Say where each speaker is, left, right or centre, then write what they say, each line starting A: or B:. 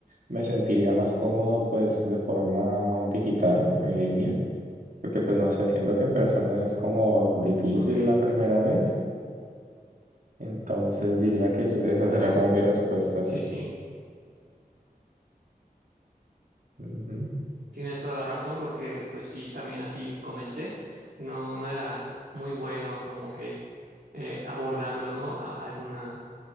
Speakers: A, on the right; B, on the right.
A: me sentiría más cómodo pues de forma digital, en línea, porque pues no sé, siento que en persona es como difícil
B: Ok,
A: la primera vez, entonces diría que yo- esa
B: claro,
A: sería como mi respuesta, sí.
B: sí, sí.
A: Ujú.
B: Tienes toda la razón porque pues sí, también así comencé. No, no era muy bueno como que eh, abordando, ¿no? A alguna